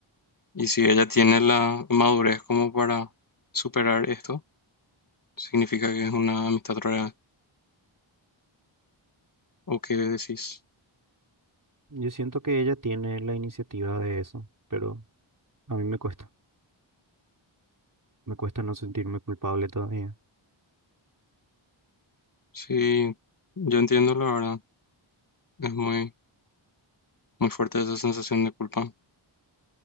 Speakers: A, on the left; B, on the right.
A: Y si ella tiene la madurez como para superar esto, significa que es una amistad real. ¿O qué decís?
B: Yo siento que ella tiene la iniciativa de eso, pero a mí me cuesta. Me cuesta no sentirme culpable todavía.
A: Sí, yo entiendo la verdad. Es muy, muy fuerte esa sensación de culpa.